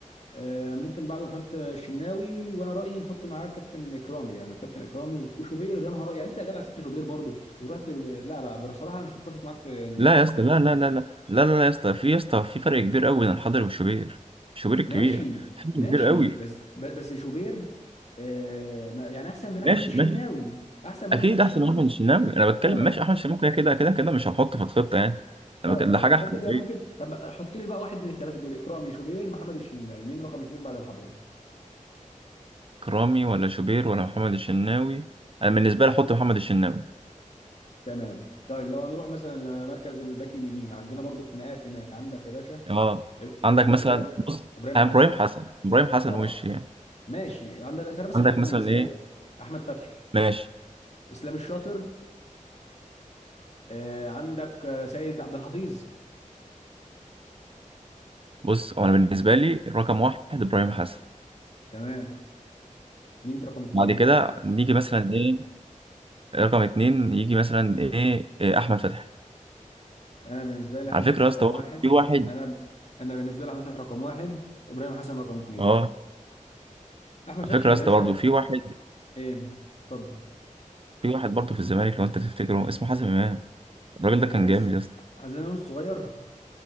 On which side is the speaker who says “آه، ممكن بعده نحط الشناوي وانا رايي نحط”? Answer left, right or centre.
Left